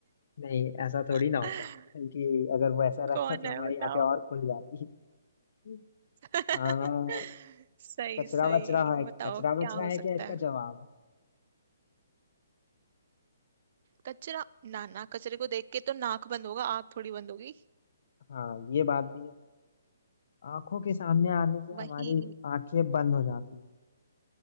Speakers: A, on the left; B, on the right.
A: नहीं ऐसा थोड़ी
B: <laughs>
A: ना होता बल्कि अगर वो ऐसा रहता
B: कौन
A: तो
B: है
A: हमारी
B: बताओ
A: आंखें और खुल जाती <laughs>
B: <laughs>
A: आ,
B: सही
A: कचरा
B: सही
A: वचरा है
B: बताओ
A: कचरा
B: क्या
A: वचरा
B: हो सकता
A: है क्या इसका
B: है
A: जवाब
B: कचरा ना ना कचरे को देख के तो नाक बंद होगा आंख थोड़ी बंद होगी
A: हाँ ये बात भी है आंखों के सामने आने से हमारी
B: वही
A: आंखें बंद हो जाती है